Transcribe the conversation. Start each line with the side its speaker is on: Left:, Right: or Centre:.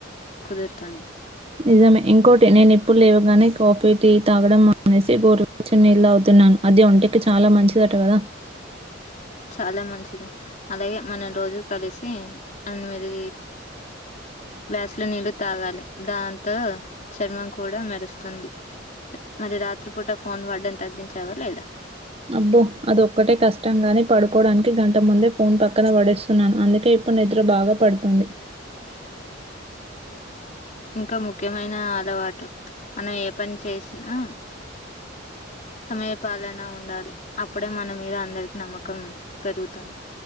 Left: కుదురుతుంది
Right: నిజమే ఇంకోటి నేను ఇప్పులేవుగానే కాఫీ టీ తాగడం అనేసి గోరుచ్చ నీళ్ళ తాగుతూ న్నాను అది ఒంటికి చాలా మంచిదట కదా
Left: చాలా మంచిది అలాగే మనం రోజు కలిసి ఎనిమిది గ్లాసు లో నీళ్ళు తాగాలి దాంతో చర్మం కూడా మెరుస్తుంది మరి రాత్రి పూట ఫోన్ వాడడం తగ్గించావా లేదా
Right: అబ్బో అదో ఒక్కటే కష్టం గాని పడుకోడానికి గంట ముందే ఫోన్ పక్కన పడేస్తున్నాను అందుకే ఇప్పుడు నిద్ర బాగా పడుతుంది
Left: ఇంకా ముఖ్యమైన అలవాటు మనం ఏ పని చేసినా
Right: <inaudible>
Left: సమయ పాలన ఉండాలి అప్పుడే మన మీద అందరికి నమ్మకం పెరుగుతుంది